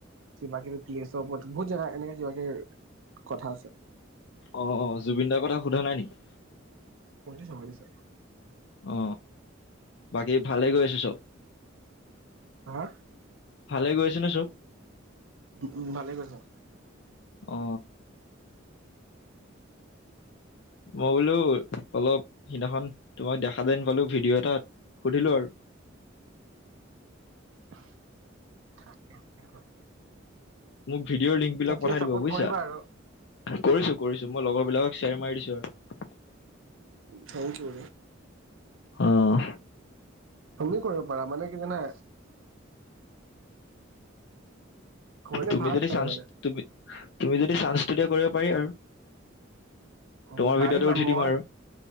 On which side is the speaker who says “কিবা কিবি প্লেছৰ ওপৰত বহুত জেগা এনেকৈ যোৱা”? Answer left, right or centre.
Right